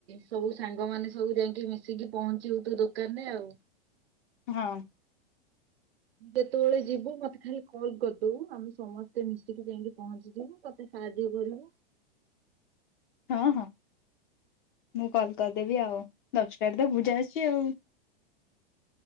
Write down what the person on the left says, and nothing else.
ହଁ।
ହଁ ହଁ। ମୁଁ କଲ୍ କରିଦେବି ଆଉ ଦଶଟାରେ ତ ପୂଜା ଅଛି ଆଉ।